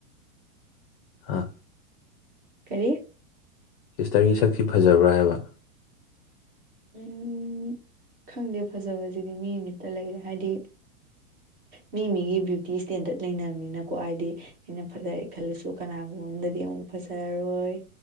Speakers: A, on the left (about 40°); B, on the right (about 25°).
A: ꯑ
B: ꯀꯔꯤ
A: ꯁꯤꯁꯇꯔꯒꯤ ꯁꯛꯁꯤ ꯐꯖꯕ꯭ꯔꯥ ꯍꯥꯏꯕ
B: ꯎꯝ ꯈꯪꯗꯦ ꯐꯖꯕꯁꯤꯗꯤ ꯃꯤ ꯑꯃꯃꯤꯠꯇ ꯂꯩꯔꯦ ꯍꯥꯏꯗꯤ ꯃꯤ ꯃꯤꯒꯤ ꯕ꯭ꯌꯨꯇꯤ ꯏꯁꯇꯦꯟꯗꯔꯠ ꯂꯩꯅꯕꯅꯤꯅꯀꯣ ꯍꯥꯏꯗꯤ ꯑꯩꯅ ꯐꯖꯔꯦ ꯈꯜꯂꯁꯨ ꯀꯅꯥꯒꯨꯝꯕꯝꯗꯗꯤ ꯑꯃꯨꯛ ꯐꯖꯔꯔꯣꯏ